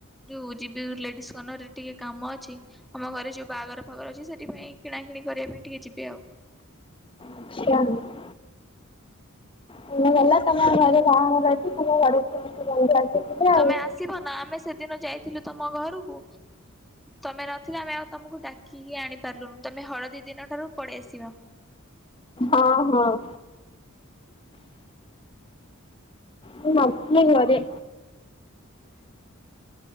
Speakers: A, in the centre; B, on the left.
A: ଯୋଉ ଯିବି ଲେଡିସ୍ କର୍ଣ୍ଣର ରେ ଟିକେ କାମ ଅଛି ଆମ ଘରେ ଯୋଉ ବାହାଘର ଫାହାଘର ଅଛି ସେ ସେଥିପାଇଁ କିଣା କିିଣି କରିବା ପାଇଁ ଟିକେ ଯିବେ ଆଉ।
B: <unintelligible> <unintelligible> ଗଲା ତମର ଘରେ ବାହାଘର ଅଛି ତମେ ଘରେ ସମସ୍ତେ। <unintelligible> ଆଉ।
A: ତମେ ଆସିବ ନା ଆମେ ସେଦିନ ଯାଇଥିଲୁ ତମ ଘରକୁ? ତମେ ନଥିଲ ଆମେ ଆଉ ତମକୁ ଡାକିକି ଆଣି ପାରିଲୁନୁ। ତମେ ହଳଦୀ ଦିନ ଠାରୁ ପଳେଇ ଆସିବ।
B: ଅ ହଁ। ମୁଁ ନଥିଲି ଘରେ।
A: ହୁଁ।